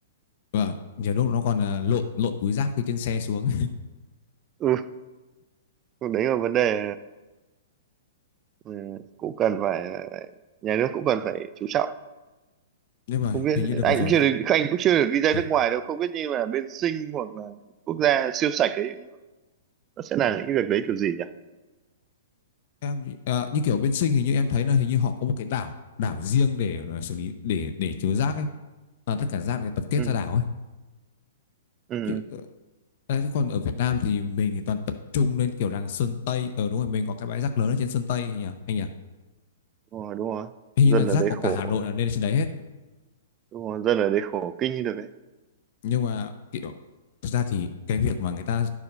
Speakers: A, on the left; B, on the right.
A: vâng nhiều lúc nó còn à, lộn lộn túi rác từ trên xe xuống
B: ừ đấy là vấn đề ừ, cũng cần phải nhà nước cũng cần phải chú trọng
A: <laughs> nhưng mà
B: không biết
A: hình như đợt vừa
B: anh
A: rồi
B: cũng chưa
A: em
B: được anh cũng chưa được đi ra
A: à,
B: nước ngoài đâu không biết như là bên Sing hoặc là quốc gia siêu sạch ấy nó sẽ làm những cái việc đấy kiểu gì nhỉ
A: em à, như kiểu bên Sinh hình như em thấy là hình như họ có một cái đảo đảo riêng để ờ, xử lý để để chứa rác ấy à, tất cả rác để tập kết
B: ừ
A: ra đảo ấy
B: ừ
A: chứ ờ, đấy, còn ở Việt Nam thì mình thì toàn tập trung lên kiểu đằng Sơn Tây ở đúng rồi mình có cái bãi rác lớn ở trên Sơn Tây nhỉ anh nhỉ
B: ừ. đúng rồi đúng rồi
A: hình
B: dân
A: như là rác
B: ở đấy
A: của
B: khổ
A: cả Hà Nội là lên trên đấy hết
B: đúng rồi dân ở đấy khổ kinh như được đấy
A: nhưng mà kiểu thực ra thì cái việc mà người ta